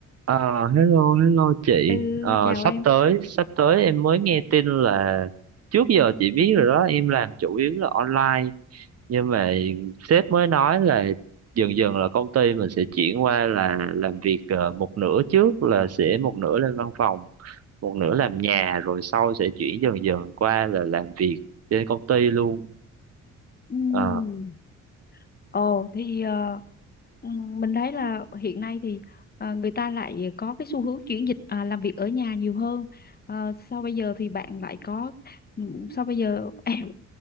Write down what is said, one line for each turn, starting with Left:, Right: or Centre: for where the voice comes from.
Right: Ờ, hello, hello chị.
Left: Ừ,
Right: Ờ,
Left: chào
Right: sắp
Left: em.
Right: tới, sắp tới em mới nghe tin là trước giờ chị biết rồi đó, em làm chủ yếu là online. Nhưng mà sếp mới nói là dần dần là công ty mình sẽ chuyển qua là làm việc ờ, một nửa trước là sẽ một nửa lên văn phòng, một nửa làm nhà rồi sau sẽ chuyển dần dần qua là làm việc trên công ty luôn.
Left: Ừm.
Right: Ờ,
Left: Ồ, thì ờ, ừm, mình thấy là hiện nay thì ờ, người ta lại có cái xu hướng chuyển dịch à, làm việc ở nhà nhiều hơn. Ờ, sau bây giờ thì bạn lại có ừm, sau bây giờ <laughs> em